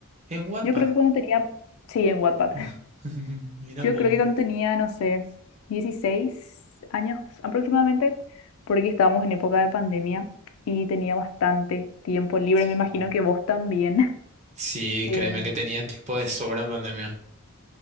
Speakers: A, on the right; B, on the left.
A: En Wattpad.
B: Yo creo que cuando tenía, sí, en Wattpad.
A: <laughs>
B: <laughs>
A: Mira
B: Yo
A: un poco.
B: creo que cuando tenía, no sé, 16 años aproximadamente, porque estábamos en época de pandemia y tenía bastante tiempo libre,
A: Sí.
B: me imagino que vos también. <laughs>
A: Sí,
B: Em,
A: créeme que tenía tiempo de sobra en pandemia.